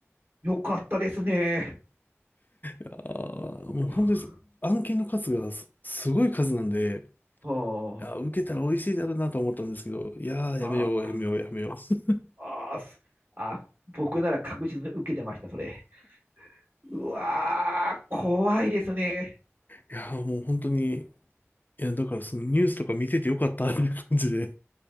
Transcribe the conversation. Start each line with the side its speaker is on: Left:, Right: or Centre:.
Right: よかったですね。
Left: やーもう本当に、
Right: <laughs>
Left: 案件の数がす、すごい数なんで、
Right: は
Left: いやー受けたら美味しいだろうなと思ったんですけど、いやー、
Right: あ、
Left: やめよう、
Right: あ
Left: やめよう、やめよう。<laughs>
Right: あ、ああ、すあ、僕なら確実に受けてました、それ。うわー、怖いですね。
Left: いやーもう本当に、いや、だからそのニュースとか見ててよかったっていう感じで。